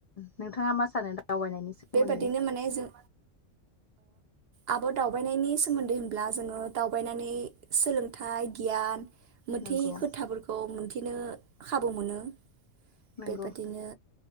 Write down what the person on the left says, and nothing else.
नोंथाङा मा सानो दा दावबायनायनि सोमोन्दै
नंगौ
नंगौ